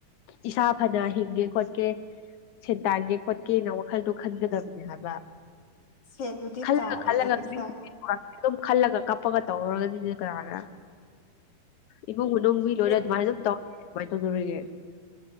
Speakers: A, on the left; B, on the left.
A: ꯏꯁꯥ ꯐꯅ ꯍꯤꯡꯒꯦ ꯈꯣꯠꯀꯦ ꯁꯦꯟ ꯇꯥꯟꯒꯦ ꯈꯣꯠꯀꯦꯅ ꯋꯥꯈꯜꯗꯣ ꯈꯟꯒꯗꯕꯅꯦ ꯍꯥꯏꯕ
B: ꯁꯦꯟꯕꯨꯗꯤ
A: ꯈꯜꯂ
B: ꯇꯥꯜꯂꯤꯅꯦ
A: ꯈꯜꯂꯒ
B: ꯏꯆꯥ
A: <inaudible> ꯑꯗꯨꯝ ꯈꯜꯂꯒ ꯀꯞꯄꯒ ꯇꯧꯔꯒꯗꯤꯗꯤ ꯀꯅꯥꯅ ꯏꯃꯨꯡ ꯃꯅꯨꯡ ꯃꯤ ꯂꯣꯏꯅ
B: ꯁꯦꯟ
A: ꯑꯗꯨꯃꯥꯏꯅ ꯑꯗꯨꯝ ꯇꯧꯔꯒ ꯑꯗꯨꯃꯥꯏ ꯇꯧꯗꯧꯔꯤꯒꯦ